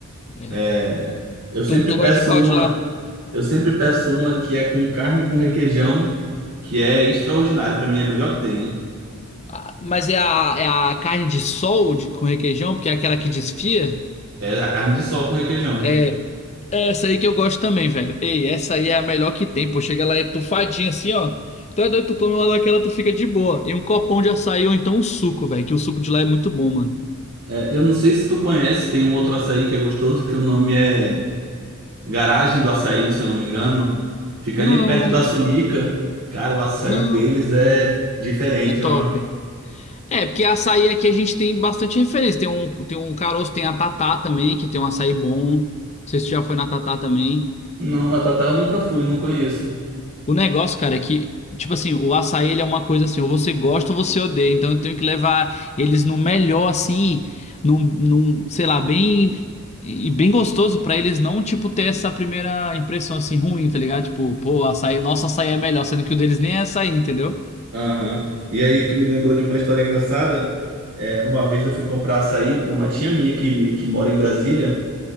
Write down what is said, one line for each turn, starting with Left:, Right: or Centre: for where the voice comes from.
Left: É.
Right: É, eu sempre
Left: Tu, tu
Right: peço
Left: gosta de qual
Right: uma,
Left: de lá?
Right: eu sempre peço uma que é com carne com requeijão, que é extraordinário, pra mim é a melhor que tem.
Left: Ah, Mas é a, é a carne de sol de- com requeijão, porque é aquela que desfia.
Right: É a carne de sol com requeijão.
Left: É, é essa aí que eu gosto também, velho. Ei, essa aí é a melhor que tem, pô. Chega lá, é tufadinha assim, ó. Então é doido, tu come uma daquela, tu fica de boa. E um copão de açaí ou então um suco, velho, que o suco de lá é muito bom, mano.
Right: É, eu não sei se tu conhece, tem um outro açaí que é gostoso, que o nome é Garagem do Açaí, se eu não me engano. Fica
Left: Não,
Right: ali perto
Left: não,
Right: da Sumica. Cara, o açaí
Left: não.
Right: deles é diferente,
Left: É top.
Right: ó.
Left: É, porque açaí aqui a gente tem bastante referência. Tem um, tem um caroço, tem a Tatá também, que tem um açaí bom. Não sei se tu já foi na Tatá também.
Right: Não, na Tatá eu nunca fui, não conheço.
Left: O negócio, cara, é que, tipo assim, o açaí ele é uma coisa assim, ou você gosta ou você odeia. Então eu tenho que levar eles no melhor, assim, num, num, sei lá, bem. E bem gostoso pra eles não, tipo, ter essa primeira impressão assim ruim, tá ligado? Tipo, pô, açaí, nosso açaí é melhor, sendo que o deles nem é açaí, entendeu?
Right: Aham. E aí, tu me lembrou de uma história engraçada? É, uma vez eu fui comprar açaí para uma tia minha que, que mora em Brasília.